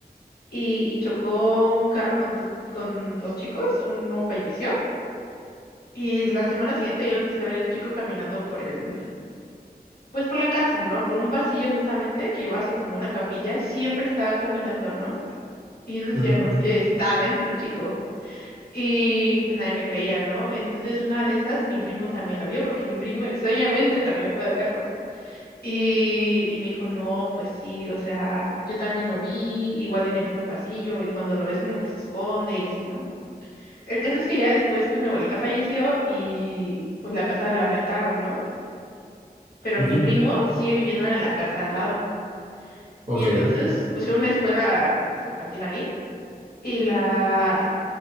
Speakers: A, on the left; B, on the right.
A: y, y chocó un carro con dos, con dos chicos, uno falleció. Y la semana siguiente yo lo empecé a ver el chico caminando por el, pues por la casa, ¿no? Por un pasillo justamente que iba hacia como una capilla, siempre estaba caminando, ¿no? Y yo le decía,
B: ujú,
A: no, es que está adentro el chico. Y pues nadie me creía, ¿no? Entonces una de esas, mi primo también la vio, porque mi primo extrañamente también puede verlos. Y, y me dijo, no, pues sí, o sea, yo también lo vi, igual en el mismo pasillo, y cuando lo ves como que se esconde y así, ¿no? El caso es que ya después, pues mi abuelita falleció y pues la casa la rentaron, ¿no? Pero
B: ujú.
A: mi primo sigue viviendo en la casa al lado.
B: Ok.
A: Y entonces pusieron una escuela pues, infantil ahí. Y la,